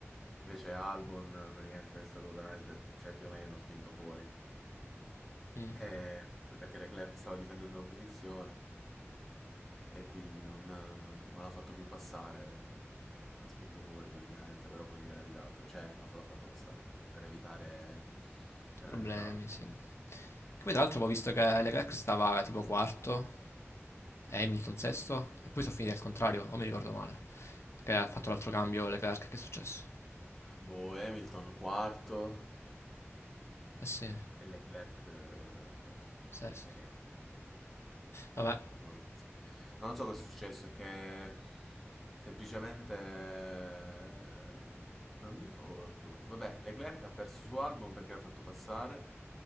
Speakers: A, in the centre; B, on the left (about 65°).
A: invece Albon eh, praticamente è stato veramente, cioè, più o meno spinto fuori.
B: Mm,
A: Eh, perché Leclerc stava difendendo la posizione e quindi non, non l'ha fatto più passare, eh, l'ha spinto fuori praticamente, però poi gliel'ha ridata, cioè l'ha l'ha fatto passare per, per evitare penalità.
B: problemi, sì. Poi tra l'altro ho visto che Leclerc stava tipo quarto, Hamilton sesto, e poi sono finiti al contrario, o mi ricordo male. Perché ha fatto l'altro cambio Leclerc, che è successo?
A: Boh, Hamilton quarto,
B: Eh sì,
A: E Leclerc eh,
B: sesto.
A: sesto. Sì,
B: Vabbè,
A: non so che pensi. Non so cosa è successo, che semplicemente eh, non mi ricordo. Vabbè, Leclerc ha perso su Albon perché l'ha fatto passare